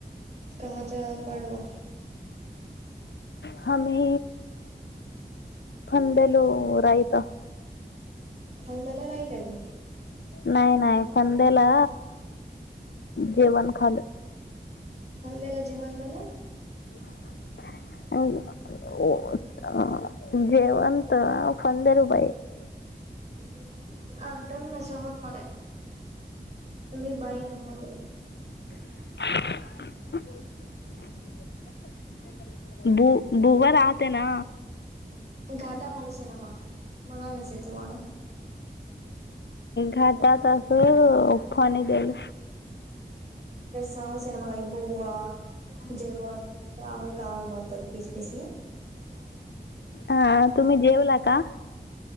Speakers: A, on the right; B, on the left.
A: कहाच्या पडवा.
B: हमे फंडलो रायता.
A: फल्दला रायतग
B: नाही नाही फंद्याला जेवण खालं.
A: खाल्लेल जेवण मने.
B: <unintelligible> <unintelligible>
A: <inaudible> अर्धम नसो होत मला मी बाई न <inaudible>
B: <inaudible> बु बुवा राहते ना.
A: घाटा म्हणू सिनेमा म्हणालेसी तुम्हाले.
B: घाटात अस फाणी देल
A: <unintelligible> <inaudible>
B: हा तुम्ही जेवला का?